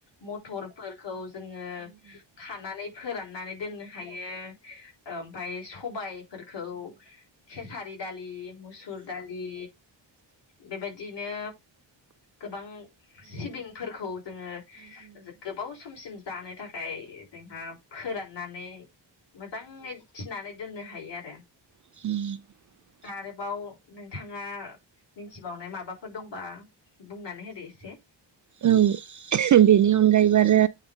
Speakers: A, on the left; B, on the right.
A: मथरफोरखौ जोङो खानानै फोराननानै दोननो हायो ओमफ्राय सबाय फोरखौ खेसारि दालि मुसुर दालि बेबायदि बिदिनो गोबां सिबिंफोरखौ जोङो गोबाव समसिम जानो थाखाय जोंहा फोराननानै मोजाङै थिनानै दोननो हायो आरो
B: <inaudible>
A: आरोबाव नोंथाङा मिथिबावनाय माबाफोर दंबा बुंनानै होदो एसे
B: औ बेनि अनगायैबो आरो